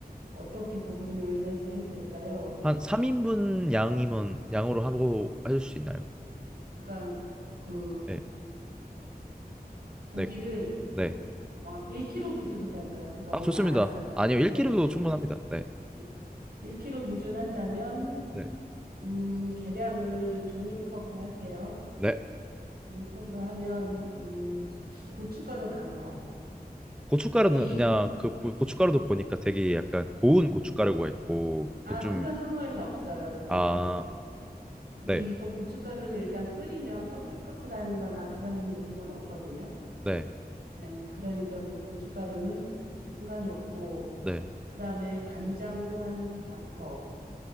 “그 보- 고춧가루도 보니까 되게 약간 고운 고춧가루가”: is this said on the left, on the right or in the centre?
Centre